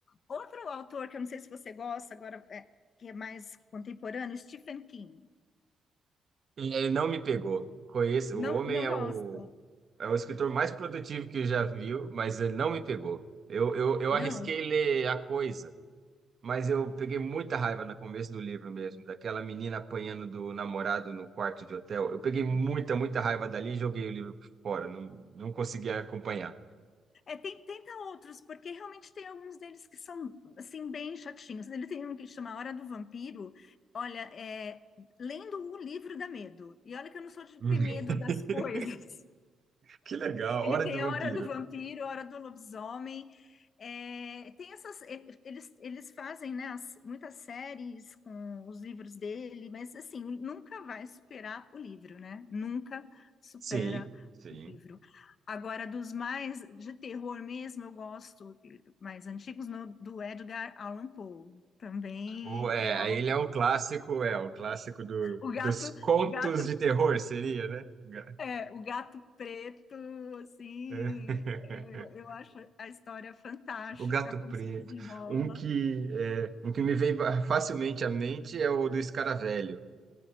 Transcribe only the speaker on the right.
E ele não me pegou. Conheço,
o homem
é
o, é o escritor mais produtivo que eu já viu, mas ele não me pegou. Eu, eu, eu
arrisquei ler A Coisa, Mas eu peguei muita raiva no começo do livro mesmo, daquela menina apanhando do namorado no quarto de hotel. Eu peguei muita, muita raiva dali e joguei o livro fora. Não, não consegui acompanhar.
<laughs>
Que legal,
Hora
do Vampiro.
Sim, sim.
O, é,
ele é um clássico, é, um clássico do,
dos contos
de terror, seria, né? Ga-
<laughs>
O Gato
Preto.
Um que, é, um que me veio facilmente à mente é o do Escaravelho.